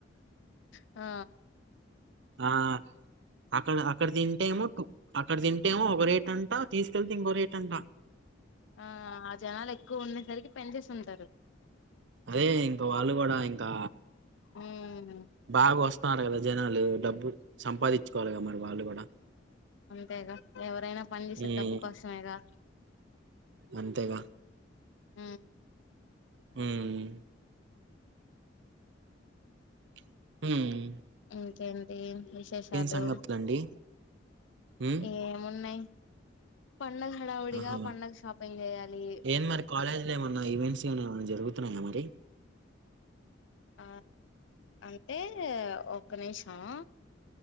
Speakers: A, on the left; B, on the right.
A: ఆ
B: ఆ అక్కడ అక్కడ తింటే ఏమో అక్కడ తింటేమో ఒక రేట్ అంటా తీసుకెళ్తే ఇంకో రేట్ అంట
A: ఆ జనాలు ఎక్కువ ఉండేసరికి పెంచేసి ఉంటారు
B: అదే ఇంకా వాళ్ళు కూడా ఇంకా
A: ఉమ్
B: బాగా వస్త వన్నారు కదా జనాలు డబ్బు సంపాదించుకోవాలిగా మరి వాళ్ళు కూడా
A: అంతేగా ఎవరైనా పని చేసేది
B: ఉమ్
A: డబ్బు కోసమేగా
B: అంతేగా
A: మ్
B: హ్మ్ హ్మ్
A: ఇంకేంటి విశేషాలు
B: సంగతులండి ఉమ్
A: ఏమున్నాయి. పండగ హడావుడిగా
B: ఆఁ హా
A: పండగ షాపింగ్ చేయాలి
B: ఏం మరి కాలేజ్లో ఏమన్నా ఈవెంట్స్ ఏమన జరుగు తున్నాయ మరి
A: ఆ అంటే ఒక్క నిమిషం